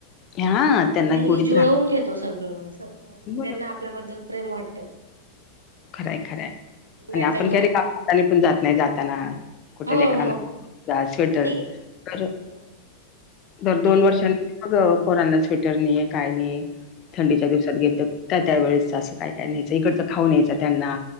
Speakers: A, on the left; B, on the right.
A: हा त्यांना
B: नही
A: गोडीत
B: जुळवून घेतो सगळं असं म्हणून
A: राहत
B: त्यांना आपल्याबद्दल प्रेम वाटतं.
A: खरं हाय, खरं हाय,
B: नाहीतर
A: आणि आपण
B: मग
A: काय रिकाम्या हाताने पण जात नाही जाताना. कुठ
B: हो
A: लेकरांना
B: मग
A: घेऊन जा स्वेटर
B: नाही
A: तर
B: हम्म
A: दर
B: नाही
A: दोन वर्षांनी मग पोरांना स्वेटर नई, काय नई,
B: हा
A: थंडीच्या दिवस गेलातर काय त्या वेळेस असं काय- काय न्यायचं इकडचं खाऊ न्यायचं त्यांना